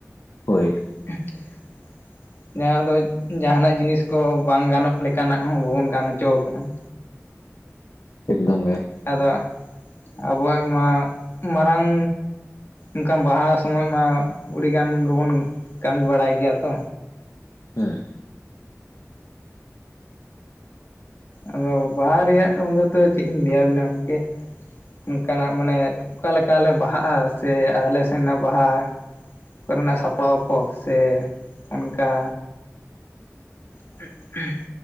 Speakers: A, on the left; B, on the left.
A: ᱦᱳᱭ
B: <unintelligible> ᱡᱟᱦᱟᱸ ᱫᱚ ᱡᱟᱦᱟᱱᱟᱜ ᱡᱤᱱᱤᱥ ᱠᱚ ᱵᱟᱝ ᱜᱟᱱᱚᱜ ᱞᱮᱠᱟᱱᱟᱜ ᱦᱚᱸ ᱵᱟᱵᱚᱱ ᱜᱟᱱ ᱦᱚᱪᱚ ᱟᱠᱟᱫᱟ
A: ᱮᱠᱫᱚᱢ ᱜᱮ
B: ᱟᱫᱚ ᱟᱵᱚᱣᱟᱜ ᱢᱟ ᱢᱟᱨᱟᱝ ᱚᱱᱠᱟᱱ ᱵᱟᱦᱟ ᱥᱚᱢᱚᱭ ᱢᱟ ᱟᱹᱰᱤᱜᱟᱱ ᱜᱮᱵᱚᱱ ᱠᱟᱹᱢᱤ ᱵᱟᱲᱟᱭ ᱜᱮᱭᱟ ᱛᱚ
A: ᱦᱩᱸ
B: ᱟᱫᱚ ᱵᱟᱦᱟ ᱨᱮᱭᱟᱜ ᱫᱚ ᱪᱮᱫ ᱤᱧ ᱞᱟᱹᱭ ᱟᱵᱤᱱᱟ ᱜᱚᱝᱠᱮ ᱚᱱᱠᱟᱱᱟᱜ ᱢᱟᱱᱮ ᱚᱠᱟ ᱞᱮᱠᱟ ᱞᱮ ᱵᱟᱦᱟᱜ-ᱟ ᱥᱮ ᱟᱞ ᱥᱮᱱᱟᱜ ᱵᱟᱦᱟ ᱠᱚ ᱨᱮᱱᱟᱜ ᱥᱟᱯᱲᱟᱣ ᱠᱚ ᱥᱮ ᱚᱱᱠᱟ <unintelligible>